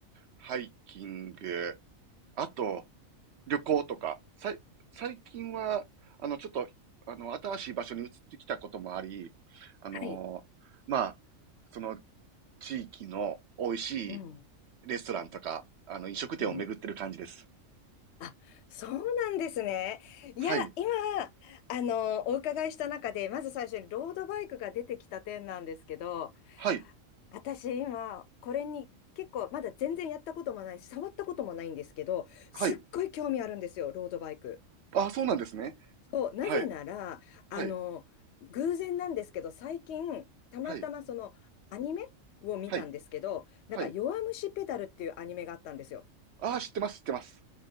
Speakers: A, on the right; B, on the left.
A: ハイキング、あと、旅行とか、さい、最近は、あの、ちょっと、あの、新しい場所に移ってきたこともあり、あのまあ、
B: はい。
A: その地域の美味しい
B: うん。
A: レストランとか、あの、飲食店を巡ってる感じです。
B: うん。あ、そうなんですね。いや、
A: はい。
B: 今、あのーお伺いした中で、まず最初にロードバイクが出てきた点なんですけど、
A: はい。
B: 私今、これに結構、まだ全然やったこともないし、触ったこともないんですけど、すっごい興味あるんですよ、
A: はい。
B: ロードバイク。
A: あ、そうなんですね。
B: そう、なぜなら、
A: はい。はい。
B: あの、偶然なんですけど、最近、たまたまそのアニメを見たんですけど、
A: はい。はい。
B: なんか、
A: はい。
B: 弱虫ペダルっていうアニメがあったんですよ。
A: ああ、知ってます知ってます。